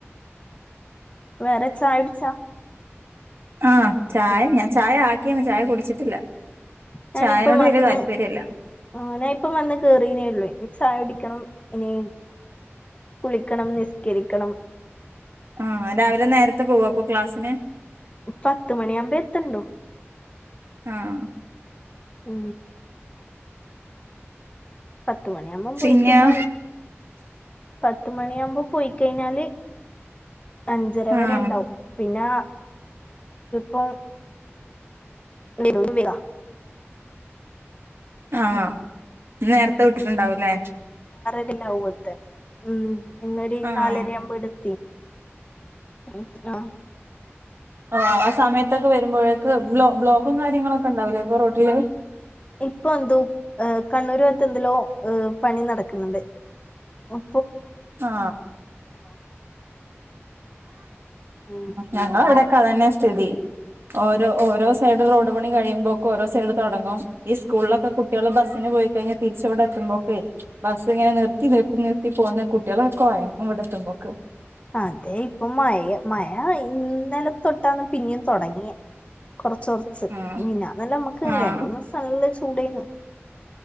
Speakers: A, on the left; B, on the right.
A: വേറെച്ച ആടിച്ചാ
B: ആഹ ചായ ഞൻ ചായ ആക്കിയന്ന് ചായ കുടിച്ചിട്ടില്ല
A: ഞാനിപ്പ
B: ചായനോട്
A: വന്ന്
B: വല്യ താല്പര്യല്ല
A: ആ ഞാനിപ്പ വന്ന് കേറീനേള്ളൂനി ണം ഇനി കുളിക്കണം നിസ്കരിക്കണം
B: ആഹ രാവിലെ നേരത്തെ പോവാു അപ്പൊ ക്ലാസ്സിന്
A: പത്തുമണിാവുമ്പോ എത്തണ്ടോ
B: ആഹ്
A: ഉ പത്തുമണിയാകുമ്പം പോയിക്കഴിഞ്ഞാൽ
B: പിന്നെയോ
A: പത്ത മണിയാവുമ്പോ പോയി കഴിഞ്ഞാല് അഞ്ചര
B: ആഹ്
A: വരെണ്ടാവും പിന്നെ വ നിരധരാ
B: ആഹ ഇ നേരത്തെ വിട്ടിട്ടുണ്ടാവൂല്ലേ
A: ല്ല ത്ത ഉം ഇന്നൊരു
B: ആഹ്
A: നാലരയാവുമ്പോ എടുത്തി ഉ ആഹ
B: ആ ആ സമയത്തൊക്കെ വരുമ്പോഴേക്കക്ക് ബ്ലോക്കും കാര്യങ്ങളൊക്കെ ഉണ്ടാവൂല ഇപ്പൊ റോട്ടില്
A: ഇപ്പൊ എന്തോ കണ്ണൂര് വത്ത് എതിലോ ഏഹ പണി നടക്കുന്നുണ്ട് ആ്
B: ആ
A: ഉം
B: ഞവി ക തന്നെ സ്ഥിതി ഓരോ ഓരോ സൈഡ് റോഡ് പണി കഴിയുമ്പോക്ക ഓോ സൈഡ് തുടങ്ങും ഈ സ്കൂളിലൊക്കെ കുട്ടികൾ ബസ്സിന് പോയി കഴിഞ്ഞഞ് തിരിച്ചവിടെ എത്തുമ്പോക്കെ ബസ് ഇങ്ങനെ നിർത്തി നിർത്തി നിർത്തി പോകുന്ന കുട്ടികളക്കയങ്ങങ് ഇവിടെ എത്തുമ്പോക്ക്
A: അതെ ഇപ്പൊ മ മഴ നില തൊട്ടാന്ന് പിന്നെ തുടങ്ങിയ കുറച്ച കുറച്ച്
B: ആഹ്
A: മന്നെ നല്ല നമ്മക്ക്ങ്ങനെണ്ടന്ന്
B: ആഹ്
A: നല്ല ചടന